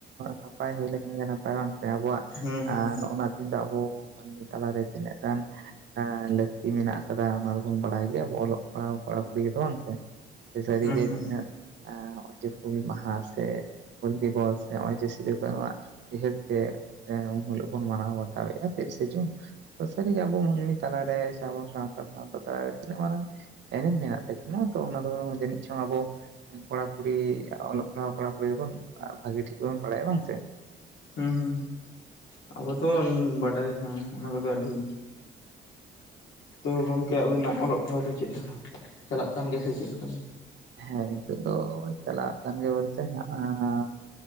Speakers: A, on the right; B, on the left.
A: ᱱᱟᱯᱟᱭ ᱦᱩᱭ ᱞᱮᱱᱠᱷᱟᱱ ᱜᱮ ᱱᱟᱯᱟᱭ ᱵᱟᱝ ᱥᱮ ᱟᱵᱚᱣᱟᱜ
B: ᱦᱩᱸ ᱦᱩᱸ
A: ᱱᱚᱜ-ᱚ ᱱᱚᱣᱟ ᱫᱤᱱ ᱫᱚ ᱟᱵᱚ ᱢᱟᱹᱱᱢᱤ ᱛᱟᱞᱟ ᱨᱮ ᱛᱤᱱᱟᱹᱜ ᱜᱟᱱ ᱦᱮᱸ ᱞᱟᱹᱠᱛᱤ ᱢᱮᱱᱟᱜ ᱟᱠᱟᱫᱟ ᱚᱱᱟ ᱫᱚᱵᱚᱱ ᱵᱟᱲᱟᱭ ᱜᱮᱭᱟ ᱟᱵ ᱚᱞᱚᱜ ᱯᱟᱲᱦᱟᱣ ᱠᱚᱲᱟ ᱠᱩᱲᱤ ᱫᱚ ᱵᱟᱝ ᱥᱮ᱾ ᱥᱟᱹᱨᱤ
B: ᱦᱩᱸ
A: ᱜᱮ
B: ᱦᱩᱸ
A: ᱛᱤᱱᱟᱹᱜ ᱟᱸ ᱡᱮ ᱦᱩᱞ ᱢᱟᱦᱟ ᱥᱮ ᱦᱩᱞ ᱫᱤᱵᱚᱥ ᱥᱮ ᱦᱚᱜ-ᱚᱭ ᱡᱮ ᱥᱤᱫᱩ ᱠᱟᱹᱱᱩ ᱟᱜ ᱩᱭᱦᱟᱹᱨ ᱛᱮ ᱩᱱ ᱦᱤᱞᱳᱜ ᱵᱚᱱ ᱢᱟᱱᱟᱣ ᱵᱟᱛᱟᱣ ᱮᱜ-ᱟ ᱛᱤᱨᱤᱥᱮ ᱡᱩᱱ᱾ ᱥᱟᱹᱨᱤ ᱜᱮ ᱟᱵᱚ ᱢᱟᱹᱱᱢᱤ ᱛᱟᱞᱟᱨᱮ ᱥᱮ ᱟᱵᱚ ᱥᱟᱶᱛᱟ ᱥᱟᱶᱛᱟ ᱛᱟᱞᱟᱨᱮ ᱛᱤᱱᱟᱹᱜ ᱢᱟᱨᱟᱝ ᱮᱱᱮᱱ ᱢᱮᱱᱟᱜ ᱛᱟᱠᱤᱱᱟ ᱛᱚ ᱚᱱᱟ ᱫᱚ ᱡᱟᱹᱱᱤᱡ ᱪᱚᱝ ᱟᱵᱚ ᱠᱚᱲᱟ ᱠᱩᱲᱤ ᱟᱜ ᱚᱞᱚᱜ ᱯᱟᱲᱦᱟᱣ ᱯᱟᱲᱦᱟ ᱞᱟᱹᱭ ᱟᱵᱚᱱ ᱟ ᱵᱷᱟᱜᱮ ᱴᱷᱤᱠ ᱵᱚᱱ ᱵᱟᱲᱟᱭᱟ ᱵᱟᱝ ᱥᱮ
B: ᱦᱩᱸ ᱦᱩᱸ ᱟᱵᱚ ᱫᱚ ᱵᱟᱰᱟᱭ ᱦᱮᱸᱱᱟ ᱠᱚᱫᱚ ᱟᱹᱰᱤ ᱛᱚ ᱜᱚᱝᱠᱮ ᱟᱵᱤᱱᱟᱜ ᱚᱞᱚᱜ ᱯᱟᱲᱦᱟᱜ ᱫᱚ ᱪᱮᱫᱞᱮᱠᱟ ᱪᱟᱞᱟᱜ ᱠᱟᱱ ᱜᱮᱭᱟ ᱥᱮ ᱪᱮᱫᱞᱮᱠᱟ ᱜᱮ
A: ᱦᱮᱸ ᱱᱤᱛᱚᱜ ᱫᱚ ᱪᱟᱞᱟᱜ ᱠᱟᱱ ᱜᱮ ᱵᱚᱞᱛᱮ ᱦᱟᱸᱜ ᱟᱭ